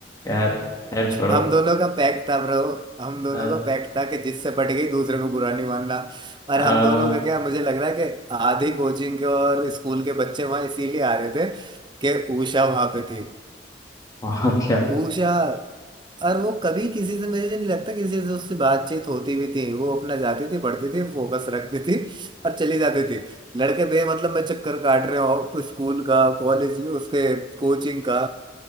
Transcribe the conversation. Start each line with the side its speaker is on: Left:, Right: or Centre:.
Left: यार यार छोड़ो
Right: हम दोनों का पैक्ट था ब्रो हम दोनों
Left: आ,
Right: का पैक्ट था कि जिससे पट गई दूसरे को बुरा नहीं मानना
Left: आ,
Right: और हम दोनों का क्या मुझे लग रहा है कि आधी कोचिंग के और स्कूल के बच्चे वहां इसीलिए आ रहे थे कि उषा वहां पे थी
Left: और क्या
Right: उषा और वो कभी किसी से मुझे नहीं लगता किसी से उससे बातचीत होती भी थी वो अपना जाती थी पढ़ती थी फोकस रखती थी और चली जाती थी लड़के बे मतलब में चक्कर काट रहे हो स्कूल का कॉलेज उसके कोचिंग का